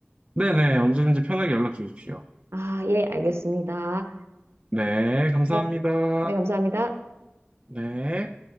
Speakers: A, on the right; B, on the right.
A: 네네, 언제든지 편하게 연락 주십시오.
B: 아, 예, 알겠습니다.
A: 네, 감사합니다.
B: 네, 네, 감사합니다.
A: 네.